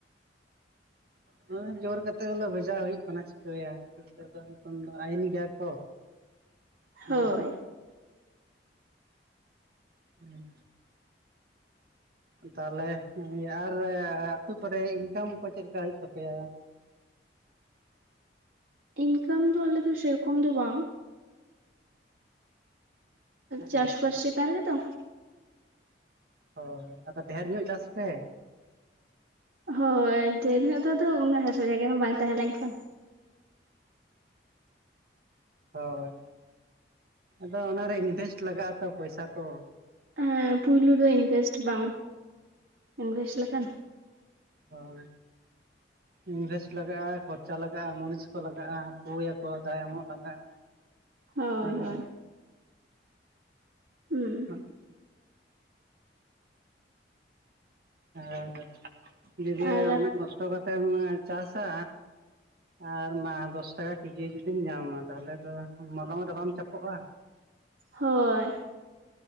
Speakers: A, on the right (about 55°); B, on the right (about 70°).
A: ᱵᱟᱝ ᱟᱸᱡᱚᱢᱚᱜ ᱠᱟᱱᱟ ᱦᱳ ᱡᱳᱨ ᱠᱟᱛᱮᱫ ᱦᱚᱞᱮ ᱵᱷᱮᱡᱟᱣ ᱦᱩᱭᱩᱜ ᱠᱟᱱᱟ ᱪᱤᱠᱟᱹᱭᱟ ᱱᱤᱛᱚᱜ ᱫᱚ ᱱᱤᱛᱚᱝ ᱫᱚ ᱟᱭᱭᱤᱱ ᱜᱮᱭᱟ ᱠᱚ ᱦᱩᱸ
B: ᱦᱳᱭ
A: ᱦᱩᱸ ᱛᱟᱦᱚᱞᱮ ᱟᱨ ᱟᱹᱛᱩ ᱠᱚᱨᱮ ᱤᱠᱡᱟᱢ ᱠᱚ ᱪᱮᱫ ᱞᱮᱠᱟ ᱦᱩᱭᱩᱜ ᱛᱟᱯᱮᱭᱟ?
B: ᱤᱱᱠᱟᱢ ᱫᱚ ᱟᱞᱮ ᱫᱚ ᱥᱮᱨᱚᱠᱚᱢ ᱫᱚ ᱵᱟᱝ ᱪᱟᱥᱵᱟᱥ
A: ᱟᱪᱪᱷᱟ ᱟᱪᱪᱷᱟ
B: ᱪᱮᱛᱟᱱ ᱨᱮᱜᱮ ᱛᱚ
A: ᱦᱳᱭ ᱟᱫᱚ ᱰᱷᱮᱨ ᱧᱚᱜ ᱪᱟᱥ ᱯᱮ
B: ᱦᱳᱭ ᱰᱷᱮᱨ ᱧᱚᱜ ᱫᱚ ᱟᱫᱚ ᱩᱱᱟᱹᱜ ᱦᱟᱥᱟ ᱡᱟᱭᱜᱟ ᱦᱚᱸ ᱵᱟᱝ ᱛᱟᱦᱮᱸ ᱞᱮᱱᱠᱷᱟᱱ
A: ᱦᱳᱭ ᱟᱫᱚ ᱚᱱᱟᱨᱮ ᱤᱱᱵᱷᱮᱥᱴ ᱞᱟᱜᱟᱜ ᱟ ᱛᱚ ᱯᱚᱭᱥᱟ ᱠᱚ
B: ᱦᱮᱸ ᱯᱩᱭᱞᱩ ᱫᱚ ᱤᱱᱵᱷᱮᱥᱴ ᱵᱟᱢ ᱤᱱᱵᱷᱮᱥᱴ ᱞᱮᱠᱷᱟᱱ
A: ᱦᱳᱭ ᱤᱱᱵᱷᱮᱥᱴ ᱞᱟᱜᱟᱜᱼᱟ, ᱠᱷᱚᱨᱪᱟ ᱞᱟᱜᱟᱜᱼᱟ, ᱢᱩᱱᱤᱥ ᱠᱚ ᱞᱟᱜᱟᱜᱼᱟ᱾ ᱯᱩᱭᱟᱠᱚ ᱫᱟᱜ ᱮᱢᱚᱜ ᱞᱟᱜᱟᱜᱼᱟ
B: ᱦᱳᱭ
A: ᱦᱮᱸ
B: ᱦᱳᱭ ᱦᱩᱸ
A: ᱵᱟᱝ ᱟᱸᱡᱚᱢᱚᱜ ᱠᱟᱱᱟ ᱟᱹᱫᱚ ᱡᱩᱫᱤ
B: ᱟᱨ
A: ᱩᱱᱟᱹᱜ
B: ᱟᱯᱮ
A: ᱠᱚᱥᱴᱚ ᱠᱟᱛᱮᱢ ᱪᱟᱥᱟ ᱟᱨ ᱢᱟ ᱫᱚᱥ ᱴᱟᱠᱟ ᱠᱮᱡᱤ ᱡᱩᱫᱤᱢ ᱧᱟᱢᱟ ᱛᱟᱦᱚᱞᱮ ᱫᱚ ᱢᱚᱞᱚᱝ ᱨᱮ ᱵᱟᱢ ᱪᱟᱯᱚᱜᱼᱟ᱾
B: ᱦᱳᱭ